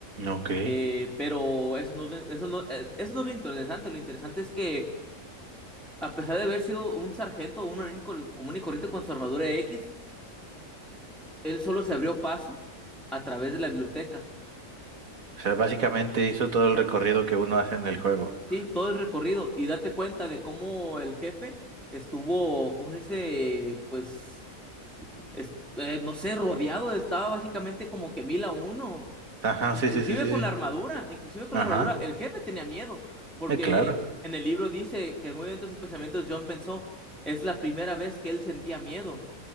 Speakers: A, on the right; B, in the centre.
A: Ok.
B: Eh, pero eso no, es lo- eso no, eh, eso no es lo interesante, lo interesante es que a pesar de haber sido un sargento o un marín col- común y corriente con su armadura X, él solo se abrió paso a través de la biblioteca.
A: O sea, básicamente hizo todo el recorrido que uno hace en el juego.
B: Sí, todo el recorrido y date cuenta de cómo el jefe estuvo, ¿cómo se dice? Pues, es- eh, no sé, rodeado, estaba básicamente como que mil a uno,
A: Ajá,
B: inclusive
A: sí, sí, sí, sí.
B: con la
A: sí.
B: armadura, inclusive con
A: Ajá.
B: la armadura, el jefe tenía miedo, porque
A: Eh, claro.
B: en el libro dice que muy dentro de sus pensamientos John pensó, es la primera vez que él sentía miedo,